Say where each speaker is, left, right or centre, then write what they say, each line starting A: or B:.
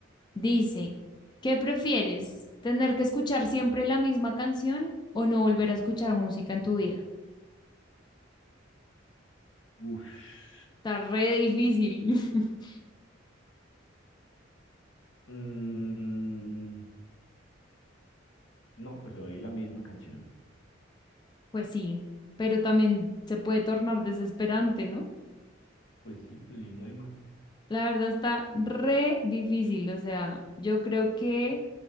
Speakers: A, on the left; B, on the left.
A: Dice, ¿qué prefieres? ¿Tener que escuchar siempre la misma canción o no volver a escuchar música en tu vida?
B: uff.
A: Está re difícil. <laughs>
B: mm, no, pues oí la misma canción.
A: Pues sí, pero también se puede tornar desesperante, ¿no?
B: Pues sí, pues sí, no hay más.
A: La verdad está re difícil, o sea, yo creo que